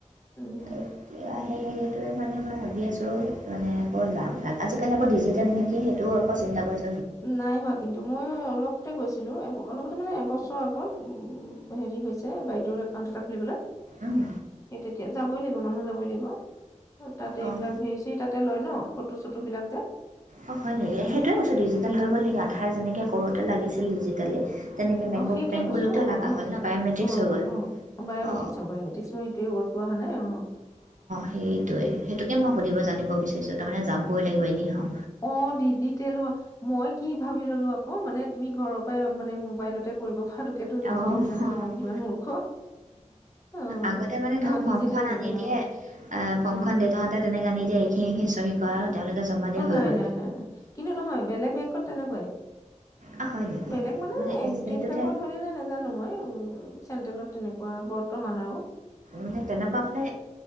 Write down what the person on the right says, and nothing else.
এতি সেইটোৱে মানে মই ভাবি আছো মানে একো লাভ লা আজিকালি আকৌ ডিজিটেল নেকি সেইটোও আকৌ চিন্তা কৰিছে।
উম।
অঁ
অ, হয় নেকি সেইটোয়ে কৈছো ডিজিটেল হৈ গল নেকি আধাৰ যেনেকে কৰোতে লাগিছিল ডিজিটেলি। তেনেকে বেংক
- বেংক
খুলো তো
লগা
হ'ল ন
বায়মেট্ৰিক্স
হৈ গ'ল।
অ,
সেইটোৱে - সেইটোকে মই সুধিব জানিব বিচাৰছো তাৰমানে যাবই লাগিব এনেইাও।
অঁ
আগতে
মানে ধৰক
ফৰ্মখন
আনি
দিয়ে
আহ ফংখন
দেউতাহতে তেনেকে নিদিয়ে এইখিনি এইখিনি চহী কৰা। তেওঁলোকে জমা দিয়া
হৈ
গ'ল
আ, হয় নেকি
এছ
বি আইটোতহে
মানে তেনেকুৱা মানে